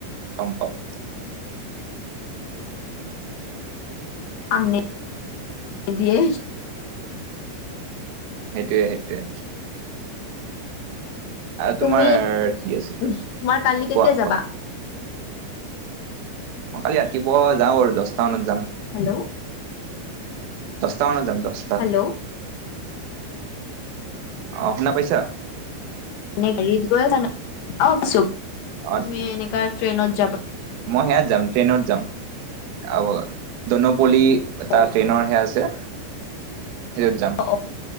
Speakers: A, on the right (about 85°); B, on the left (about 80°).
A: গম পাওঁ
B: কাম নিদিয়ে
A: সেইটোৱে সেইটোৱে তোমাৰ
B: তুমি তোমাৰ
A: কি আছিলো
B: কালি
A: কোৱা
B: কেতিয়া
A: কোৱা
B: যাবা?
A: ম কালি ৰাতিপুৱা যাওঁ আৰু দহটা মানত যাম।
B: হেল্লো'
A: দহটা মানত যাম দহটা।
B: হেল্ল'
A: অঁ শুনা পাইছা?
B: এনে ঘ গৈ অছ
A: অ
B: ম এনেকা <unintelligible>
A: মই সেয়াত যাম ট্ৰেইনত যাম <unintelligible> দনপলি
B: অ
A: তাৰ ট্ৰেইনৰহে আছে। সেইটোত যাম।
B: অ